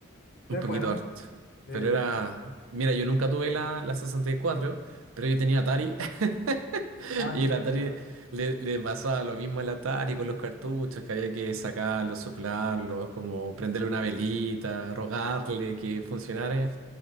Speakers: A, on the left; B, on the right.
A: Entonces
B: un poquito
A: pues eran,
B: harto.
A: eh,
B: Pero era... Mira, yo nunca tuve la, la 64, pero yo tenía Atari. <laughs> <laughs>
A: antes
B: Y el Atari
A: jugabas.
B: le, le pasaba lo mismo al Atari
A: <clears throat>
B: con los cartuchos, que había que sacarlos, soplarlos, como prenderle una velita, rogarle que funcionara.